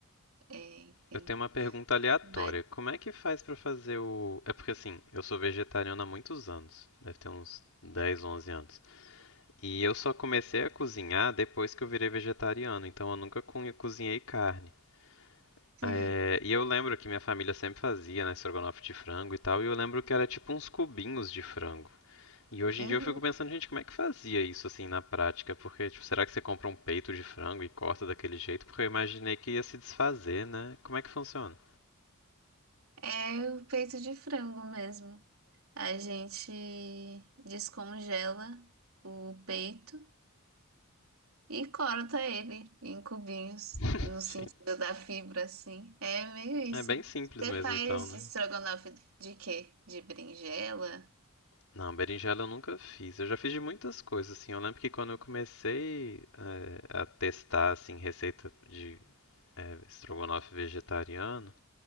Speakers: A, on the right; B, on the left.
A: É, enfim,
B: Eu tenho uma pergunta aleatória.
A: mas
B: Como é que faz pra fazer o. É porque assim, eu sou vegetariano há muitos anos. Deve ter uns 10, 11 anos. E eu só comecei a cozinhar depois que eu virei vegetariano. Então eu nunca co- cozinhei carne.
A: Sim.
B: É, e eu lembro que minha família sempre fazia, né, estrogonofe de frango e tal, e eu lembro que era tipo uns cubinhos de frango. E hoje
A: Uhum.
B: em dia eu fico pensando, gente, como é que fazia isso assim na prática? Porque, tipo, será que você compra um peito de frango e corta daquele jeito? Porque eu imaginei que ia se desfazer, né? Como é que funciona?
A: É o peito de frango mesmo. A gente descongela o peito e corta ele em cubinhos,
B: <laughs> Enfim,
A: no sentido da fibra, assim. É meio isso.
B: É bem simples
A: Você
B: mesmo
A: faz
B: então, né?
A: estrogonofe de quê? De berinjela?
B: Não, berinjela eu nunca fiz. Eu já fiz de muitas coisas, assim. Eu lembro que quando eu comecei eh, a testar, assim, receita de eh, estrogonofe vegetariano,